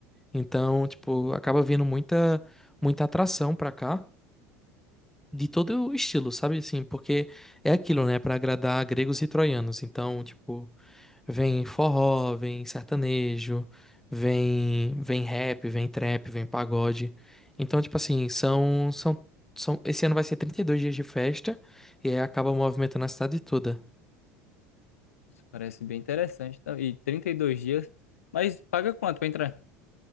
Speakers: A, in the centre; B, on the left.
A: Então, tipo, acaba vindo muita, muita atração pra cá, de todo o estilo, sabe? Assim, porque é aquilo, né? Pra agradar gregos e troianos. Então, tipo, vem forró, vem sertanejo, vem, vem rap, vem trap, vem pagode. Então, tipo assim, são, são, são, esse ano vai ser 32 dias de festa e aí acaba movimentando a cidade toda.
B: isso parece bem interessante. tá? E 32 dias. Mas paga quanto pra entrar?